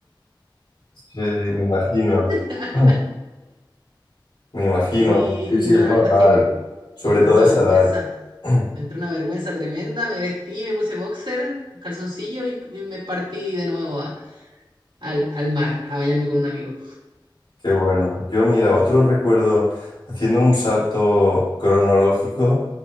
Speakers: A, on the left; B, on the right.
A: Sí, me imagino.
B: <laughs>
A: <clears throat> Me imagino,
B: Sí,
A: sí,
B: y
A: sí,
B: la
A: es normal,
B: verdad es que me, en-
A: sobre
B: me entró
A: todo
B: una
A: a esa
B: vergüenza,
A: edad. <clears throat>
B: me entró una vergüenza tremenda, me vestí, me puse boxer, calzoncillo y, y me partí de nuevo a- al, al mar a bañarme con un amigo.
A: Qué bueno. Yo, mira, otro recuerdo, haciendo un salto cronológico,